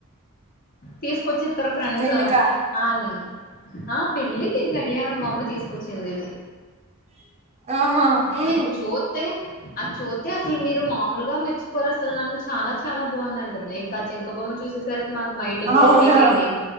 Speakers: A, on the left; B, on the right.
A: తీస్కొచ్చి ఇత్తరూ ఫ్రెండ్సు
B: పెళ్లికా
A: ఆలే ఆ పెళ్ళి గడియారం బొమ్మ తీస్కొచ్చింది ఇది
B: ఆహా ఉమ్.
A: అది చోతే అది చోతే అసలు మీరు మాముల్గ మెచ్చు కోరు అసల్ నన్ను చాలా చాలా బావుంది అంటుంది ఇంకా జింక బొమ్మ చూసేసరికి మాకు మైండ్ బ్లాక్
B: అవునా
A: అయిపోయింది.